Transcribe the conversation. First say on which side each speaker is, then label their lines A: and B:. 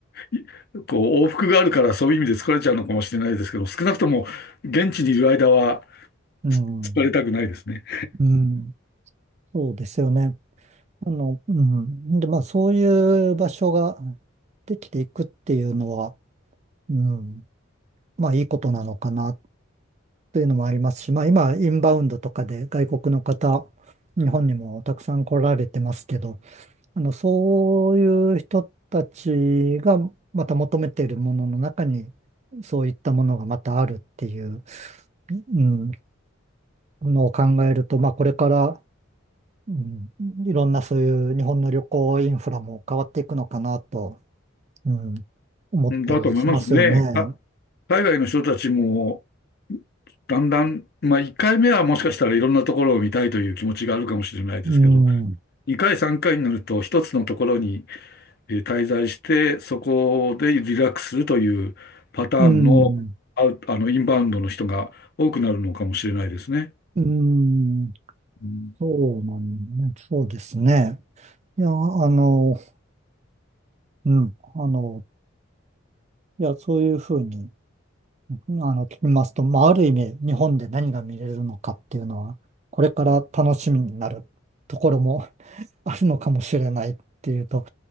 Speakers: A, on the left; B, on the right.
A: いこう往復があるからそういう意味で疲れちゃうのかもしれないですけど、少なくとも現地にいる間は
B: うん。
A: 疲れたくないですね。
B: うん。そうですよね。あの、うん。で、まあ、そういう場所ができていくっていうのは、うん。まあ、いいことなのかなっていうのもありますし、まあ、今、インバウンドとかで外国の方、日本にもたくさん来られてますけど、あの、そういう人たちがまた求めているものの中に、そういったものがまたあるっていう。うんのを考えると、まあ、これから、うん、いろんなそういう日本の旅行インフラも変わっていくのかなと、うん、思ったりしますよね。
A: うんだと思いますね。か海外の人たちも、だんだん、まあ、1回目はもしかしたらいろんなところを見たいという気持ちがあるかもしれないですけど、
B: うん、
A: 2回、3回になると、一つのところにえー滞在して、そこでリラックスするというパターンの、
B: うん、
A: あ、あの、インバウンドの人が多くなるのかもしれないですね。
B: うん、
A: うん。
B: そうなんね、そうですね。いや、あの、うん、あの、いや、そういうふうに、うんあの、聞きますと、まあ、ある意味、日本で何が見れるのかっていうのは、これから楽しみになるところも <laughs> あるのかもしれないっていうと、